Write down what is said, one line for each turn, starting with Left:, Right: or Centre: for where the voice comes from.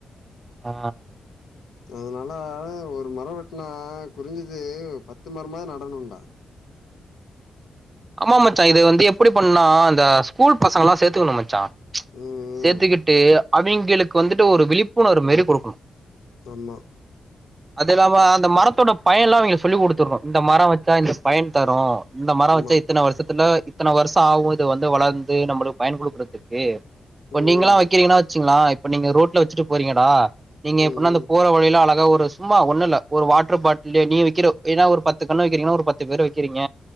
Right: ஆ
Left: அதுனால ஒரு மரோ வெட்னா குரிஞ்சது பத்து மரமாது நடனுன்டா
Right: ஆமா மச்சா இது வந்து எப்டி பண்ணா அந்த ஸ்கூல் பசங்கலா சேத்துக்கணு மச்சா ச்
Left: ம்,
Right: சேத்துக்கிட்டு
Left: ம்.
Right: அ அவிங்களுக்கு வந்துட்டு ஒரு விழிப்புணர்வு மாரி குடுக்குனு
Left: ஆமா
Right: அது இல்லாம அந்த மரத்தோட பயன்லா அவங்களு சொல்லி்க்குடுத்துருனு இந்த மர வச்சா இந்த பயன் தரு இந்த மர
Left: ஆமா.
Right: வச்சேத் ஷத்துல இத்தன வருஷ ஆவு இத வந்து வளந்து நம்பளுக்கு பயன் குடுக்குறதுக்கு இப்ப
Left: ம்,
Right: நீங்களல்லா வைக்கிறீங்கன்னா வச்சுங்களே இப்ப நீங்க ரோட்ல வச்சுட்டு போறீங்கடா நீங்க
Left: ம்,
Right: எப்பனா அந்த போற வழில அழக் ஒரு சும்மா ஒன்னு இல்ல ஒரு வாட்டர் பாட்ல்லே நீ வைக்கிற ஏனா ஒரு பத்து கண்ணு வைக்கிறீங்கனா ஒரு பத்து பேர் வக்கிறீங்க